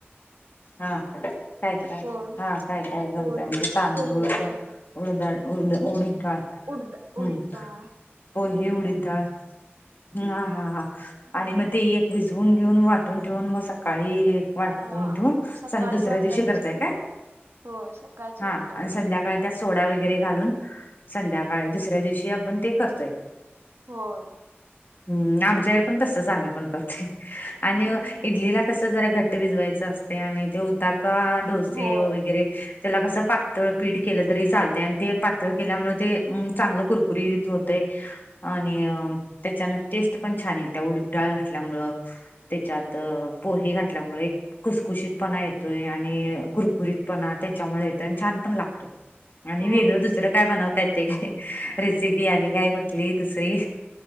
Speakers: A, on the left; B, on the right.
A: हा काय - काय,
B: पो
A: हा काय - काय, घालताय
B: पोहे
A: म्हणजे तांदूळ
B: पोहे
A: उडद डाळ उडद उडीद डाळ
B: त
A: हम्म
B: उडीद डाळ
A: पोहे, उडीद डाळ, हा- हा- हा आणि मग ते एक भिजवून घेऊन, वाटून ठेवून, मग सकाळी वाटून
B: अ
A: ठेवून
B: सकाळी
A: सण दुसऱ्या
B: वाटायची
A: दिवशी करताय काय?
B: होय सकाळची
A: हा
B: वाटायची
A: आणि संध्याकाळी त्यात सोडा वगैरे घालून, संध्याकाळी दुसऱ्या दिवशी आपण ते करतोय.
B: होय.
A: हम्म आमच्या इकडं पण तसंच आम्ही पण करतोय, आणि
B: हम्म हम्म
A: इडलीला- कस जरा घट्ट भिजवायचं असतय, आणि ते उत्तपा डोसे
B: होय
A: वगैरे त्याला कसं पातळ पीठ केलं तरी चालतय, आणि ते पातळ केल्यामुळं ते चांगलं कुरकुरी होत तय, आणि त्याच्यान टेस्ट पण छान येत्या उडीद डाळ घातल्यामुळं त्याच्यात पोहे घातल्यामुळे कुसखुशीतपणा येतोय, आणि कुरकुरीतपणा त्याच्यामुळे येतोय, आणि छान पण लागतय. आणि
B: होय
A: वेगळं दुसरं काय बनवता येतय, रेसिपी आणि काय कुठली दुसरी.